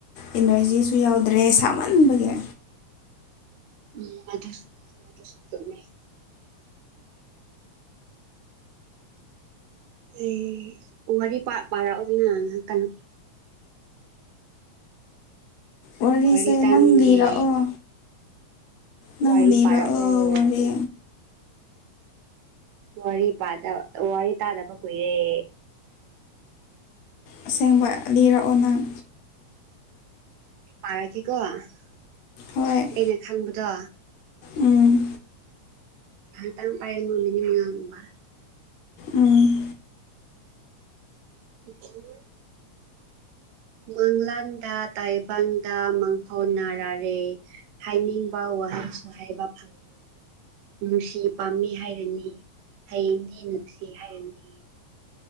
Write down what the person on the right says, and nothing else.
ꯎꯝ ꯑꯗꯨꯁꯨ ꯑꯗꯨꯁꯨ ꯆꯨꯨꯝꯃꯦ ꯑꯩ ꯋꯥꯔꯤ ꯄꯥꯥ ꯄꯥꯔꯛꯑꯣꯗꯅ ꯉꯥꯏꯍꯥꯛꯇꯡ
ꯋꯥꯔꯤ ꯇꯥꯅꯤꯡꯉꯦ
ꯋꯥꯔꯤ
ꯄꯥꯔꯛꯑꯣ
ꯋꯥꯔꯤ ꯄꯥꯗꯥ ꯋꯥꯔꯤ ꯇꯥꯗꯕ ꯀꯨꯏꯔꯦ
ꯄꯥꯔꯛꯀ‌ꯦꯀꯣ ꯑꯩꯅ
ꯈꯪꯕꯗꯣ
ꯉꯍꯥꯛꯇꯡ ꯄꯥꯏꯔꯝꯃꯣ ꯃꯤꯅꯤꯠ ꯃꯉꯥꯒꯨꯝꯕ
<unintelligible> ꯃꯪꯂꯥꯟꯗ ꯇꯥꯏꯕꯪꯗ ꯃꯥꯡꯐꯥꯎꯅꯥꯔꯔꯦ ꯍꯥꯏꯅꯤꯡꯕ ꯋꯥꯍꯪꯁꯨ ꯍꯥꯏꯕ ꯐꯪꯉꯤ ꯅꯨꯡꯁꯤ ꯄꯥꯝꯕꯤ ꯍꯥꯏꯔꯅꯤ ꯍꯌꯦꯡꯗꯤ ꯅꯨꯡꯁꯤ ꯍꯥꯏꯔꯅꯤ